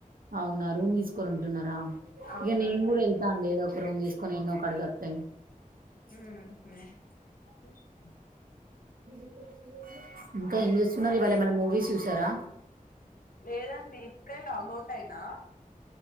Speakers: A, on the right; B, on the left.
A: అవునా రూమ్ తీసుకొని ఉంటున్నారా
B: అవునండి
A: ఇగ నేను కూడా వెళ్తా అండి లేదో ఒక రూమ్ తీసుకొని ఇంగ కడు జాత్తయి
B: ఉహు
A: గీకుడు జు ఇంకా ఏం చేస్తున్నారు ఇవాళ ఏమైనా మూవీస్ చూసారా
B: లేేదండి ఇప్పుడే లాగౌట్ అయి ఆ